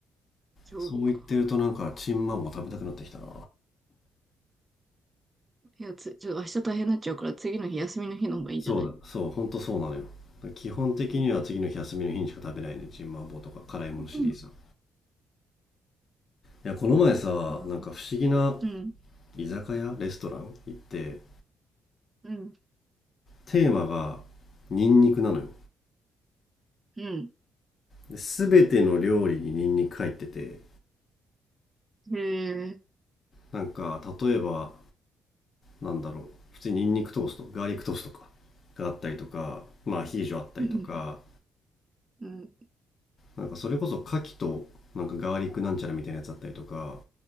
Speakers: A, on the right (about 25°); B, on the left (about 45°).
A: 丈夫か。
B: そう言ってるとなんかチンマンも食べたくなってきたな
A: いや、つ、ちょ、明日大変になっちゃうから、次の日休みの日の方がいいんじゃない
B: そうだそうほんとそうなのよ基本的には次の日休みの日にしか食べないねチンマンボウとか辛いものシリーズは
A: うん。うん。
B: いやこの前さなんか不思議な
A: なるほどうん。
B: 居酒屋レストラン行って
A: うん。
B: テーマがニンニクなのよ
A: うん。
B: で全ての料理にニンニク入ってて
A: へえ。
B: なんか例えばなんだろう普通にニンニクトーストガーリックトーストとかがあったりとかまあアヒージョあったりとか
A: うん。うん。
B: なんかそれこそ牡蠣となんかガーリックなんちゃらみたいなやつあったりとか、